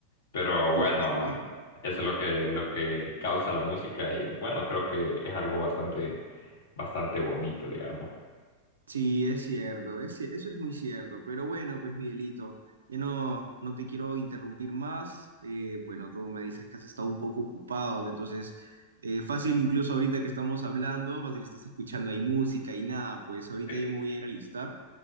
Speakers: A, on the left; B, on the right.
A: Pero
B: Y,
A: bueno,
B: y está bien.
A: eso es lo que, lo que causa la música y bueno, creo que es algo bastante, bastante bonito, digamos.
B: Sí, es cierto, es cier- eso es muy cierto. Pero bueno, pues Miguelito, ya no, no te quiero interrumpir más. Eh, bueno, tú me dices que has estado un poco ocupado, entonces eh, fácil incluso ahorita que estamos hablando, fácil estás escuchando ahí música y nada, pues ahorita
A: Sí.
B: yo me voy a ir a listar